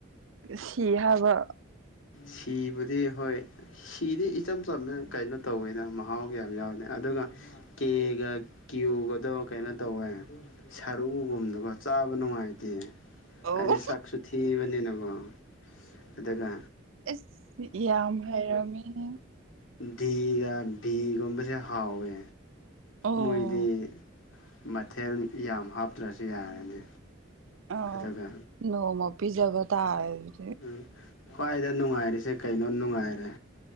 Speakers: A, on the right (about 85°); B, on the left (about 80°).
A: ꯁꯤ ꯍꯥꯏꯕ
B: ꯁꯤ ꯕꯨꯗꯤ ꯍꯣꯏ ꯁꯤꯗꯤ ꯏꯆꯝ ꯆꯝꯅ ꯀꯩꯅꯣ ꯇꯧꯋꯤꯅ ꯃꯍꯥꯎ ꯀꯌꯥꯝ ꯌꯥꯎꯗꯦ ꯑꯗꯨꯒ ꯀꯦꯒ ꯀ꯭ꯌꯨꯒꯗꯣ ꯀꯩꯅꯣ ꯇꯧꯋꯦ ꯁꯔꯨꯒꯨꯝꯕꯗꯀꯣ ꯆꯥꯕ ꯅꯨꯡꯉꯥꯏꯇꯦ
A: ꯑꯧ
B: ꯍꯥꯏꯗꯤ ꯁꯛꯁꯨ ꯊꯤꯕꯅꯤꯀꯣ ꯑꯗꯨꯒ
A: ꯑꯁ ꯌꯥꯝ ꯍꯥꯏꯩꯔꯝꯃꯦꯅꯦ
B: ꯗꯤꯒ ꯚꯤꯒꯨꯝꯕꯁꯦ ꯍꯥꯎꯋꯦ
A: ꯑꯣ
B: ꯃꯣꯏꯗꯤ ꯃꯊꯦꯜ ꯌꯥꯝ ꯍꯥꯞꯇ꯭ꯔꯁꯨ ꯌꯥꯔꯅꯤ
A: ꯑꯥ
B: ꯑꯗꯨꯒ
A: ꯅꯣꯡꯃ ꯄꯤꯖꯥꯕꯥ ꯇꯥꯔꯦ ꯑꯗꯨꯗꯤ
B: ꯎꯝ ꯈ꯭ꯋꯥꯏꯗ ꯅꯨꯡꯉꯥꯏꯔꯤꯁꯦ ꯀꯩꯅꯣ ꯅꯨꯡꯉꯥꯏꯔꯦ